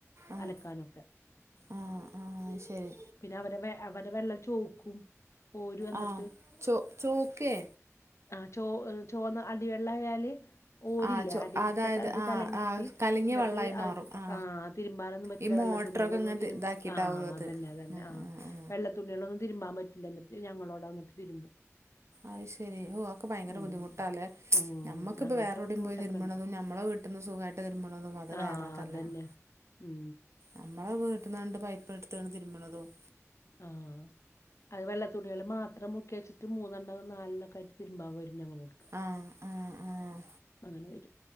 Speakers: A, on the right; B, on the left.
A: ആഹ്
B: അലക്കാനും ഒക്കെ
A: ആഹ് ആഹ് ശരി
B: പിന്നെ അവടെ വ അവര്ടെ വെള്ളം ചോക്കും ഓര് വന്നിട്ട്
A: ആഹ് ചോ ചോക്കെ
B: ആ ചോ ചോന്ന അടിവെള്ളയാല് ഓരില്ലെ
A: ആ ചൊ
B: അടിൽത്തെ
A: അതായത്
B: അത്
A: ആ
B: കലങ്ങീട്ട്
A: ആ കലങ്ങിയ
B: ന്നട്ട്
A: വെള്ളമായി
B: അവർക്ക്
A: മാറും ആ
B: ആഹ് തിരുമ്പാനൊന്നും പറ്റില്ല
A: ഈ മോട്ടറൊക്കെ
B: വെള്ളത്തുണികളൊന്നും
A: ഇങ്ങനെ
B: തിരുമ്പ
A: തി ഇതാക്കിയിട്ടാവും
B: ആഹ്
A: അത്
B: അതന്നെ അതന്നെ
A: ആ
B: ആഹ്
A: ആ ആ
B: വെള്ളത്തുണിളൊന്നും തിരുമ്പാൻപറ്റില്ല എന്നിട്ട് ഞങ്ങളോടെ വന്നിട്ട് തിരുമ്പും
A: അത് ശരി ഓ ആക്കെ ഭയങ്കര
B: ഉം
A: ബുദ്ധിമുട്ടാല്ലേ
B: ഉം
A: നമ്മക്കിപ്പോ
B: അങ്ങനത്തെ
A: വേറെ എവിടിം
B: ബുദ്ധിമുട്ടൊക്കെ
A: പോയി തിരുമ്പണതും
B: ഉണ്ട്
A: നമ്മളെവീ ട്ട്ന്ന് സുഖയിട്ട് തിരുമ്പ്ണതും അത്
B: ആഹ്
A: വേറെ തന്നെയാണ്
B: അതന്നെ ഉം
A: നമ്മള വീട്ട്ന്നാണ്ട് പൈപ്പ്ഇട്ത്താണ് തിര്മ്പ്ണതും
B: ആഹ് അത് വെള്ളത്തു തുണിൾ മാത്രം മുക്യച്ചിട്ട് മൂന്നെണ്ണം നാലെണൊക്കായിറ്റ് തിരുമ്പാവരും ഞങ്ങളോട്
A: ആ ആ ആ
B: അങ്ങനെ വരും